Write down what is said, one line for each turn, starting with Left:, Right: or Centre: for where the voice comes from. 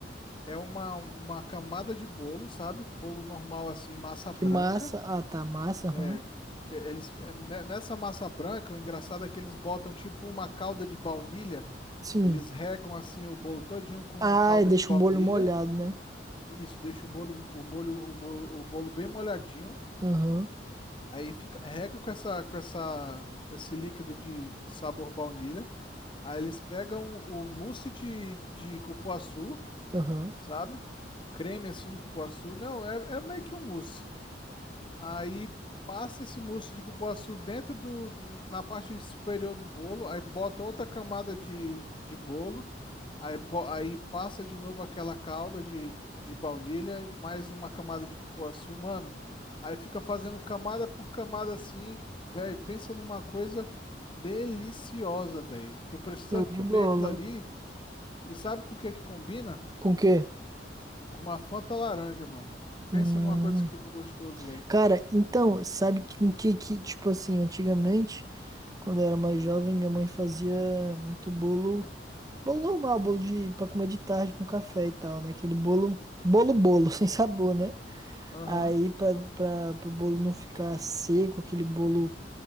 Left: é uma, uma camada de bolo, sabe? Bolo normal assim, massa branca.
Right: De massa? Ah, tá, massa, aham.
Left: É, que eles, é, ne- nessa massa branca, o engraçado é que eles botam tipo uma calda de baunilha.
Right: Sim.
Left: Eles regam assim o bolo todinho com
Right: Ai,
Left: calda
Right: deixa
Left: de baunilha.
Right: um bolo molhado, né?
Left: Isso, deixa o bolo, o molho, o, mo- o bolo bem molhadinho.
Right: Aham,
Left: Aí fica, rega com essa, com essa, esse líquido de sabor baunilha. Aí eles pegam o mousse de, de cupuaçu,
Right: aham.
Left: sabe? O creme assim de cupuaçu. Não, é, é meio que um mousse. Aí passa esse mousse de cupuaçu dentro do, na parte superior do bolo, aí bota outra camada de, de bolo, aí, bo- aí passa de novo aquela calda de, de baunilha, e mais uma camada de cupuaçu, mano. Aí fica fazendo camada por camada assim, velho. Pensa numa coisa deliciosa, velho. Tu precisa
Right: Show
Left: comer
Right: de bola.
Left: aquilo ali e sabe com o que é que combina?
Right: Com o quê?
Left: Com uma Fanta laranja, mano. Pensa
Right: Hum.
Left: numa coisa que fica gostoso, velho.
Right: Cara, então, sabe que- com que, que, tipo assim, antigamente, quando eu era mais
Left: Hum.
Right: jovem, minha mãe fazia muito bolo, bolo normal, bolo de, pra comer de tarde com café e tal, né? Aquele bolo, bolo, bolo, <laughs> sem sabor, né?
Left: Aham.
Right: Aí pra, pra, pro bolo não ficar seco, aquele bolo